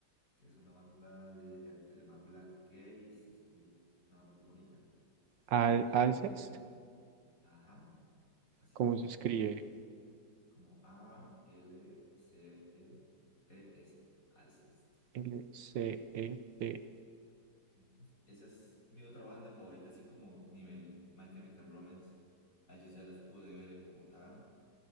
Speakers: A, on the left (about 45°); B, on the right (about 75°).
A: que es una banda de algo que se llama Black Gaze, es muy, una banda muy bonita.
B: Al
A: Eh,
B: Alcest.
A: ajá, así
B: ¿Cómo
A: como
B: se
A: suena
B: escribe?
A: tal, como A-L-C-E-T-S, Alcest.
B: L-C-E-T-S.
A: Ujú. Esa es mi otra banda favorita, así como nivel My Chemical Romance. A ellos ya los pude ver en Bogotá.